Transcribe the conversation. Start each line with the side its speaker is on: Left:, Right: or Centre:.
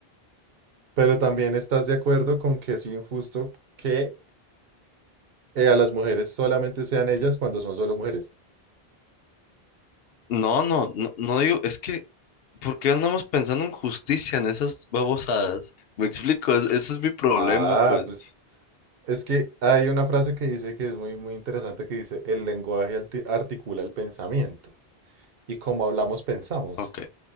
Right: pero también estás de acuerdo con que es injusto que eh, a las mujeres solamente sean ellas cuando son solo mujeres.
Left: no, no, no, no digo, es que, ¿por qué andamos pensando en justicia en esas babosadas? Me explico, es- ese es mi problema,
Right: Ah,
Left: pues.
Right: pues es que hay una frase que dice que es muy, muy interesante que dice, el lenguaje alti- articula el pensamiento y como hablamos, pensamos.
Left: Ok,